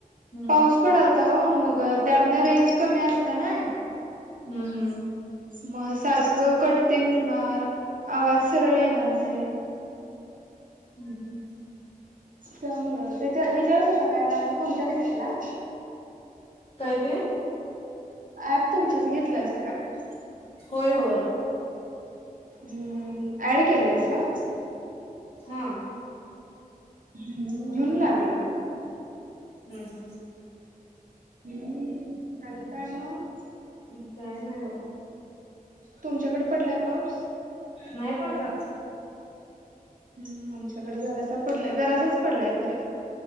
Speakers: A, on the left; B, on the right.
A: हम्म
B: पाऊस पडल मग त्यातनं रेंज कमी असते ना
A: हम्म हम्म
B: मग सारखं कटतेण होणार आवाज सरळ येणार नाही
A: हम्म हम्म
B: त्यामुळ त्याच्या ह्याच्यावर कसा काय लाग तुमच्यात घेतलाय
A: काय ते
B: ऍप तुमच्यात घेतलाय सकाळी
A: होय होय
B: हम अँड केल्यायेस हा
A: हा
B: हम् म्हणून लागला
A: हम्म हम्म
B: हम्म आणि काय मग
A: काय नाही बाबा
B: तुमच्याकडे पडलाय पाऊस
A: नाही पडला
B: हम आमच्याकडे जरासा पडलाय जरासाच पडलाय खरं